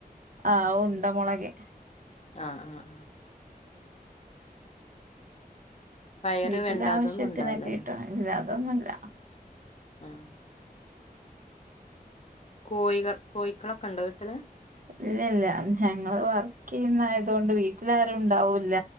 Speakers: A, on the right; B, on the left.
A: ആഹ് ഉണ്ട മൊളകെ
B: ആഹ ആഹ ആഹ പയറ്
A: വീട്ടിലെ
B: വെണ്ട
A: ആവശ്യത്തിനൊക്കെ
B: അതൊന്നും ഉണ്ടാവില്ലല്ലേ
A: കിട്ടും ഇല്ലാതൊന്നുയില്ല
B: ആഹ കോഴികൾ കോഴക്കളൊക്കെ ഇണ്ടോ വീട്ടില്
A: ഇല്ല ഇല്ല ഞങ്ങള് വർക്ക് ചെയ്യുന്ന ആയതോണ്ട് വീട്ടിൽ ആരും ഇണ്ടാവൂല്ല